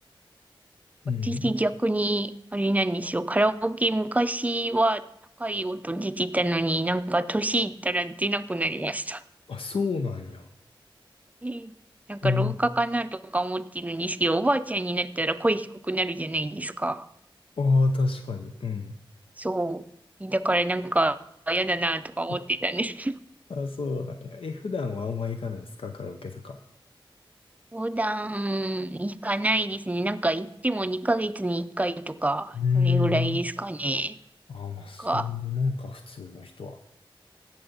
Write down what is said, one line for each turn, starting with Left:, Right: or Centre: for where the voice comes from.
Left: うん。
Right: 私逆に、あれなんですよ。カラオケ昔は高い音出てたのになんか年いったら出なくなりました。
Left: あ、そうなんや。
Right: えーなんか老化かなとか思ってるんですけど、
Left: うん
Right: おばあちゃんになったら声低くなるじゃないですか。
Left: ああ、確かに。うん。
Right: そう。だからなんか嫌だなとか思ってたんです。
Left: <laughs>
Right: <laughs>
Left: あ、そうなんや。え、普段はあんま行かないですかカラオケとか。
Right: 横断行かないですね。なんか行っても2ヶ月に1回とか、
Left: うー
Right: それぐらいですかね。
Left: ん。ああ、まあ、
Right: なんか、
Left: そういうもんか、普通の人は。